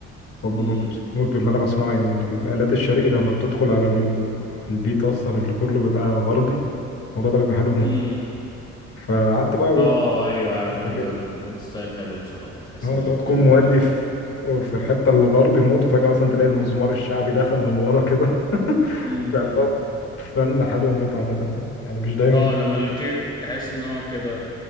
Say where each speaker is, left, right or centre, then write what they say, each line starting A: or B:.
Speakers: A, on the left; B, on the left.
A: وابقى
B: هم
A: مبسوط موت باللي انا بسمعه يعني الالات الشرقي لما بتدخل على الم- البيت اصلا اللي كله بيبقى غربي الموضوع ده بيبقى حلو موت
B: هم
A: فقعدت بقى اجرب
B: اه ايوه عارف
A: حبه
B: انا الجو
A: كده
B: الستايل حلو بصراحة تحس
A: اه
B: ان الاتنين
A: لو تكون مودي
B: آه،
A: في في الحته الغرب يموت وفجاه مثلا تلاقي المزمار الشعبي دخل من ورا كده <laughs>
B: هم
A: بيعملوا
B: هم
A: فن حلو موت عامه يعني مش دايما
B: اه لما الاتنين تحس ان هو كده